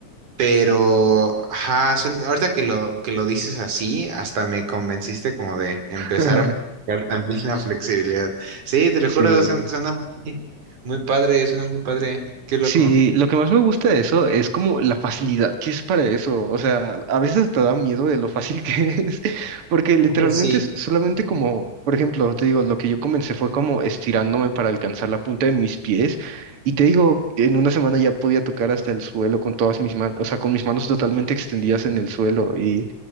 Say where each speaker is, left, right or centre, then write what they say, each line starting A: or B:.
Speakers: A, on the right; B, on the right.
A: Pero, ajá, suena- ahorita que lo, que lo dices así, hasta me convenciste como de empezar
B: <laughs>
A: a aplicar también la flexibilidad. Sí, te lo
B: Sí.
A: juro, suena, suena muy, muy padre, suena muy padre. Qué loco.
B: Sí, lo que más me gusta de eso es como la facilidad que es para eso. O sea, a veces te da miedo de lo fácil que <laughs> es, porque literalmente
A: Ay, Sí,
B: es solamente como, por ejemplo, te digo, lo que yo comencé fue como estirándome para alcanzar la punta de mis pies y te digo, en una semana ya podía tocar hasta el suelo con todas mis manos, o sea, con mis manos totalmente extendidas en el suelo y